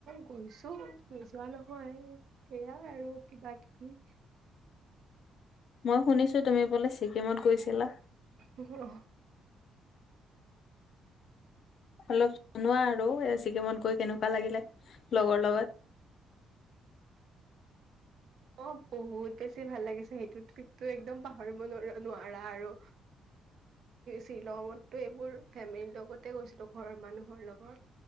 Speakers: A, on the right; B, on the left.
A: গৈছো নোযোৱা নহয়। সেইয়াই আৰু কিবা কিবি।
B: মই শুনিছো তুমি বোলে ছিকিমত গৈছিলা?
A: অহ <unintelligible>
B: অলপ জনোৱা আৰু এ ছিকিমত গৈ কেনেকুৱা লাগিলে। লগৰ লগত
A: অ বহুত <unintelligible> তে ভাল লাগিছে সেইটো ট্ৰিপটো একদম পাহৰিব ন নোৱাৰা আৰু। শ্বিলংতটো এইবোৰ ফেমিলিৰ লগতে গৈছিলো ঘৰৰ মানুহৰ লগত।